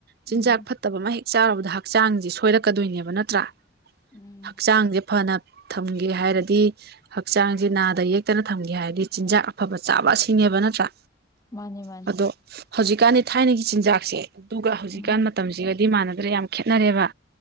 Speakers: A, on the right; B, on the left.
A: ꯆꯤꯟꯖꯥꯛ
B: ꯎꯝ
A: ꯐꯠꯇꯕ ꯑꯃ ꯍꯦꯛ ꯆꯥꯔꯕꯗ ꯍꯥꯄ ꯛ ꯆꯥꯡꯁꯦ ꯁꯣꯏꯔꯛꯀꯗꯣꯏꯅꯦꯕ ꯅꯠꯇ꯭ꯔꯥ
B: ꯎꯝ
A: ꯍꯛꯆꯥꯡꯁꯦ ꯐꯅ ꯊꯝꯒꯦ ꯍꯥꯏꯔꯗꯤ ꯍꯛꯆꯥꯡꯁꯦ ꯅꯥꯗ ꯌꯦꯛ ꯈꯛꯇꯅ ꯊꯝꯒꯦ ꯍꯥꯏꯔꯗꯤ ꯆꯤꯟꯖꯥꯛ ꯑꯐꯕ ꯆꯥꯕ ꯑꯁꯤꯅꯦꯕ ꯅꯠꯇ꯭ꯔꯥ
B: ꯃꯥꯅꯦ ꯃꯥꯅꯤ
A: ꯑꯗꯣ ꯍꯧꯖꯤꯛꯀꯥꯟꯗꯤ ꯊꯥꯏꯅꯒꯤ ꯆꯤꯟꯖꯥꯛꯁꯦ ꯑꯗꯨꯒ ꯍꯧꯖꯤꯛꯀꯥꯟ
B: ꯎꯝ
A: ꯃꯇꯝꯁꯤꯒꯗꯤ ꯃ ꯃꯥꯥꯟꯅꯗ ꯑꯗꯨꯗ ꯌꯥꯝ ꯈꯦꯠꯅꯔꯦꯕ